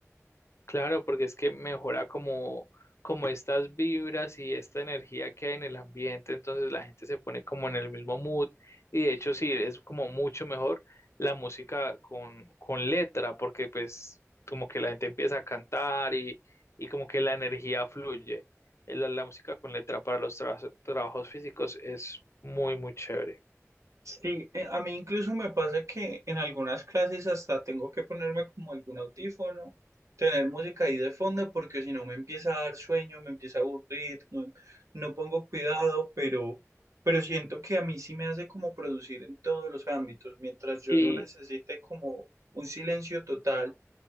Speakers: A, on the left (about 55°); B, on the right (about 70°).
A: Claro, porque es que mejora como, como estas vibras y esta energía que hay en el ambiente, entonces la gente se pone como en el mismo mood y de hecho sí, es como mucho mejor la música con, con letra, porque pues como que la gente empieza a cantar y, y como que la energía fluye. Eh, La, la música con letra para los tra- trabajos físicos es muy, muy chévere.
B: Sí, eh, a mí incluso me pasa que en algunas clases hasta tengo que ponerme como algún audífono, tener música ahí de fondo, porque si no me empieza a dar sueño, me empieza a aburrir, no, no pongo cuidado, pero, pero siento que a mí sí me hace como producir en todos los ámbitos, mientras yo
A: Y,
B: no necesite como un silencio total,